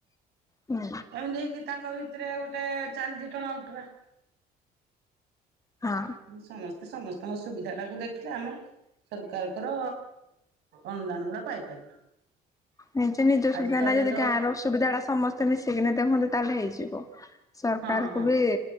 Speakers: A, on the left; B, on the right.
A: ହୁଁ।
B: ଏମିତି ହେଇକି ତାଙ୍କ ଭିତରେ ଗୋଟେ ଚାଲିଛି ଟଣା ଓଟରା।
A: ହଁ।
B: ସମସ୍ତେ ସମସ୍ତଙ୍କ ସୁବିଧା ଟାକୁ ଦେଖିଲେ ଆମେ ସରକାରଙ୍କର ଅନୁଦାନ ଗୁଡା ପାଇପାରିବା।
A: ନାଇ ଯେ ନିଜ
B: ଆଜି
A: ସୁବିଧା
B: ତ
A: ନା
B: ଏବେ
A: ଯଦି
B: ତ
A: ଗାଁର ଅସୁବିଧା ଗୁଡା ସମସ୍ତେ ମିଶିକି ଦେଖନ୍ତୁ ତାହେଲେ ହେଇଯିବ। ସରକାରକୁ
B: ହଁ ହଁ
A: ବି